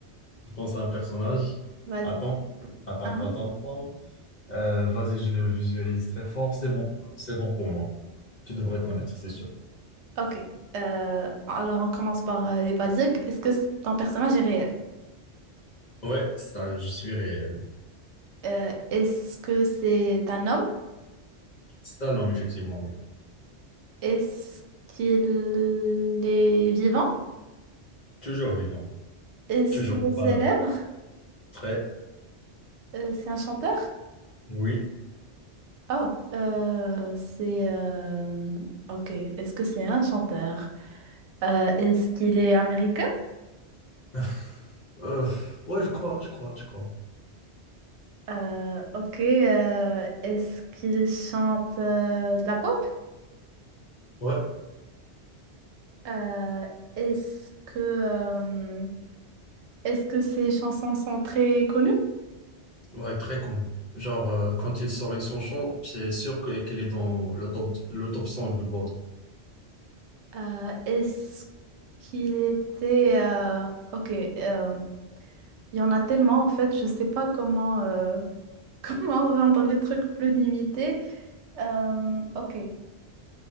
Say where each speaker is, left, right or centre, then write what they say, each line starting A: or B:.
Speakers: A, on the left; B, on the right.
A: C'est un personnage.
B: Vas-y.
A: Attends, attends,
B: Hein
A: attends, attends. Euh, vas-y, je le visualise très fort. C'est bon, c'est bon pour moi. Tu devrais connaître, c'est sûr.
B: Ok. Euh, alors, on commence par euh, les basiques. Est-ce que c- ton personnage est réel?
A: Ouais, ça, je suis réel.
B: Euh, est-ce que c'est un homme?
A: C'est un homme, effectivement, oui.
B: Est-ce qu'il est vivant?
A: Toujours vivant,
B: Est-ce
A: toujours
B: qu'il est
A: banal.
B: célèbre?
A: Très,
B: Euh, c'est un chanteur?
A: oui.
B: Oh, euh, c'est... euh, Ok. Est-ce que c'est un chanteur? Euh, est-ce qu'il est américain?
A: <laughs> Euh, ouais, je crois, je crois, je crois.
B: Euh, ok. euh, est-ce qu'il chante euh, de la pop?
A: Ouais,
B: Euh, est-ce que euh, est-ce que ces chansons sont très connues?
A: ouais, très connu. Genre, euh, quand il sort une chanson, c'est sûr que- qu'elle est dans le top, le top 100 du Billboard.
B: Euh, est-ce qu'il était euh, ok euh, il y en a tellement en fait je sais pas comment euh, <laughs> comment rendre les trucs plus limités. Euh, ok